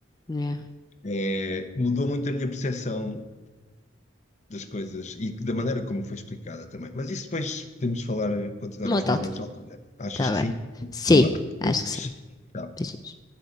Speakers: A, on the left; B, on the left.
A: É.
B: É, mudou muito a minha percepção das coisas e da maneira como foi explicada também. Mas isso depois podemos falar, continuar
A: Uma
B: a
A: outra
B: falar
A: altura.
B: noutra altura. Achas
A: Tá
B: que
A: bem.
B: sim? Então
A: Sim,
B: lá, beijos.
A: acho que sim.
B: Tchau.
A: Beijinhos.